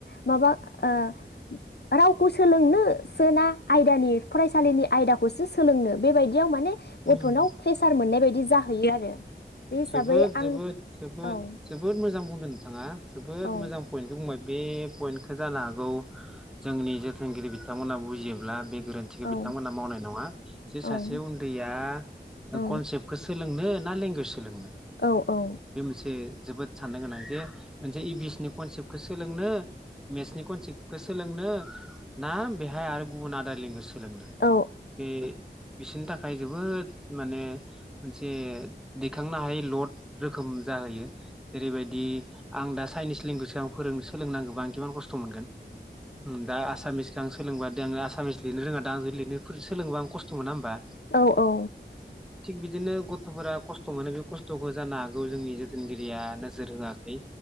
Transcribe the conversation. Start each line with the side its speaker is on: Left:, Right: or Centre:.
Left: माबा ओ रावखौ सोलोंनो सोना आयदानि फरायसालिनि आयदाखौसो सोलोंनो बेबायदि याव माने गथ'नाव
Centre: औ
Left: प्रेसार मोननाय बायदि बिदि जाहैयो आरो। बे हिसाबै
Centre: जोबोद जोबोद
Left: आं
Centre: जोबोद
Left: औ
Centre: जोबोद मोजां बुंदों नोंथाङा जोबोद
Left: औ
Centre: मोजां पइेन्टखौ बुंबाय बे पइन्टखो जानो हागौ जोंनि जोथोनगिरि बिथांमोना बुजियोब्ला बे गोरोन्थिखौ
Left: औ
Centre: बिथांमोना मावनाय नङा जे
Left: औ
Centre: सासे उन्दैया
Left: औ
Centre: कनसेप्टखौ सोलोंनो ना लेंगुवेज सोलोंनो
Left: औ औ
Centre: बे मोनसे जोबोद साननो गोनां जे मोनसे ए बि सि नि कनसेप्ट खो सोलों नों मेटस नि कनसेभखो सोलोंनो ना बेहाय आरो गुबुन आदार लेंगुवेज
Left: औ
Centre: <unintelligible> बे बिसोरनि थाखाय जोबोद माने मोनसे दैखांनो हायै लड रोखोम जाहैयो। जेरैबायदि आं दा चाइनिस लेंगुवेज आव फोरों सोलों नांगौबा आं इमान कस्त' मोनगोन उम दा आसामिस दा आं सोलोंबा दा आङो आसामिस लिरनो रोङा दा आं जुदि लिरनोफोर सोलोङोबा आं कस्त'मोना होंनबा?
Left: औ औ।
Centre: थिग बिदिनो गथ'फोरा खस्थ' कस्त' मोनो बे कस्त'खौ जानो हागौ जोंनि जोथोनगिरिआ नोजोर होआखै।